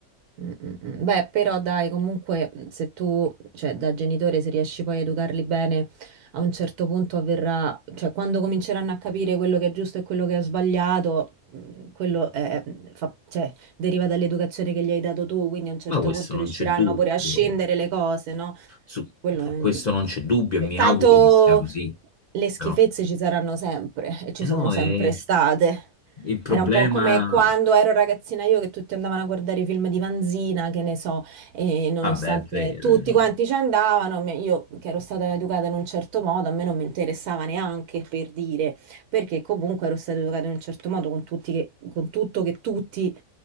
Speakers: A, on the right; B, on the left.
A: Mm, mm, mm. Beh, però dai, comunque se tu, cioè da genitore, se riesci poi a educarli bene, a un certo punto avverrà, cioè quando cominceranno a capire quello che è giusto e quello che è sbagliato, mm, quello è- fa- cioè, deriva dall'educazione che gli hai dato tu, quindi a un certo
B: Ma questo
A: punto
B: non
A: riusciranno
B: c'è dubbio.
A: pure a scendere le cose, no?
B: Su,
A: Quello
B: su
A: è... mm,
B: questo non c'è dubbio
A: eh,
B: e mi
A: Tanto
B: auguro che sia così.
A: le schifezze
B: Però,
A: ci saranno sempre e ci
B: e no,
A: sono sempre
B: e
A: state.
B: il problema...
A: Era un po' come quando ero ragazzina io che tutti andavano a guardare i film di Vanzina, che ne so, e nonostante
B: Vabbè, è vero,
A: tutti
B: io non
A: quanti ci andavano, mi- io che ero stata educata in un certo modo, a me non mi interessava neanche per dire, perché comunque ero stata educata in un certo modo con tutti che- con tutto che tutti